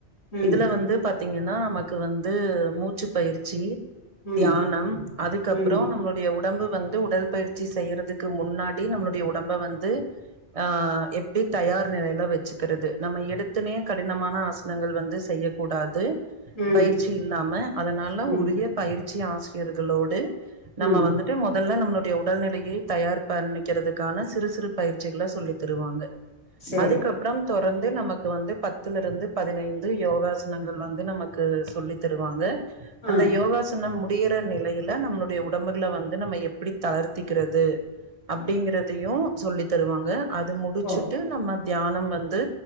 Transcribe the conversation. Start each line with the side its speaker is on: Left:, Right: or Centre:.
Left: ம்
Right: இதுல வந்து பாத்தீங் ன்னா நமக்கு வந்து மூச்சு பயிற்சி
Left: ம்
Right: தியானம் அதுக்கப்பற
Left: ம்
Right: நம்மளுடைய உ உடம்பு வந்து உடல் பயிற்சி செய்யறதுக்கு முன்னாடி நம்மளுடைய உடம்ப வந்து ஆஹ் எப்டி தயார் நிலையில வச்சுக்கிறது நம்ம எடுத் துன்னயே கடினமான ஆசனங்கள் வந்து செய்யக்கூடாது
Left: ம்
Right: பயிற்சி இல்லாம அதனால
Left: ம்
Right: உரிய பயிற்சி ஆச ரியர்களோடு நம்ம
Left: ம்
Right: வந்துட்டு மொதல்ல நம்ம நம்முடைய உடல்நிலையை தயார் பண்ணிக்கறதுக்கான சிறு சிறு பயிற்சிகள சொல்லித் தருவாங்க
Left: சேரி
Right: அதுக்கப்பறம் தொ டர்ந்து நமக் து வந்து பத்துல இருந்து பதினைந்து யோகாசனங்கள் வந்து நமக்கு சொல்லி தருவாங்க அந்த
Left: ஆ
Right: யோகாசனம் மு முடியற நிலையில நம்மளுடைய உடம்புகளை வந்து நம்ம எப்படி தளர்த்திக்கிறது அப்டிங்கறதையு சொல்லி தருவாங்க அது முடிச்சுட்டு
Left: ஓ
Right: நம்ம தியானம் வந்து